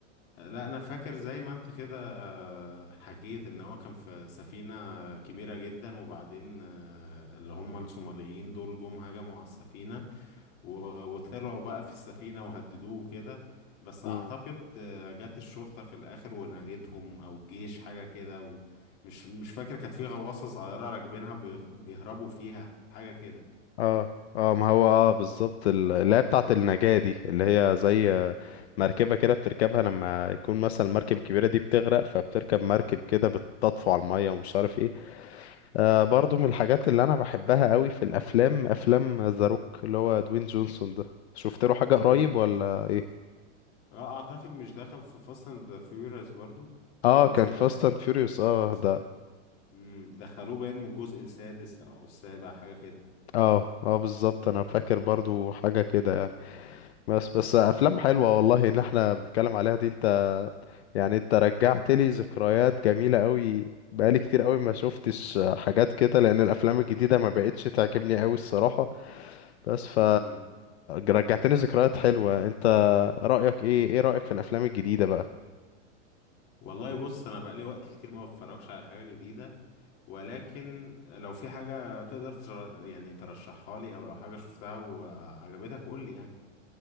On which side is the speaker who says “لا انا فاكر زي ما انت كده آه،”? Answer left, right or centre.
Left